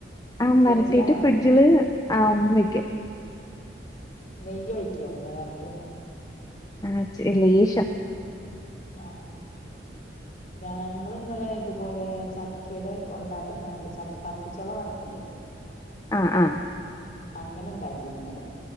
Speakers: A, on the left; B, on the left.
A: ആ
B: ഫ്രിഡ്ജിലാണോ
A: വരട്ടീയിട്ട് ഫ്രിഡ്ജില്
B: വെക്ക
A: ആ വെക്കും
B: നെയ്യ ഒഴിക്കാവലേ വരട്ടുമ്പോ
A: ആ ഇചരി ലേശം
B: ആ ഞങ്ങള് ഇന്നലെ ഇതുപോലെ ചക്കയുടെ കൊണ്ടാട്ടം ഉണ്ടാവില്ല ചക്ക പച്ചച്ചോള വറക്കില്ല അല്ലെ
A: ആ ആ
B: അങ്ങനെണ്ടാക്കി ഇന്നലെ